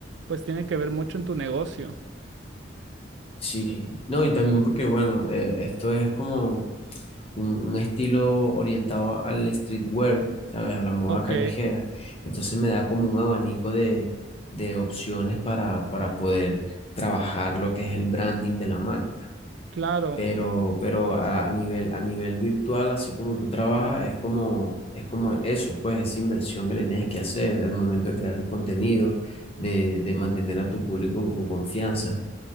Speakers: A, on the right; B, on the left.
A: pues, tiene que ver mucho en tu negocio.
B: Sí, no, y también porque bueno, eh, esto es como un, un estilo orientado al streetwear, ¿sabes? A la moda
A: Ok,
B: callejera. Entonces me da como un abanico de, de opciones para, para poder trabajar lo que es el branding de la marca.
A: claro.
B: Pero, pero a nivel, a nivel virtual, así como tú trabajas, es como, es como eso, pues esa inversión que le tienes que hacer al momento de crear el contenido, de, de mantener a tu público con confianza.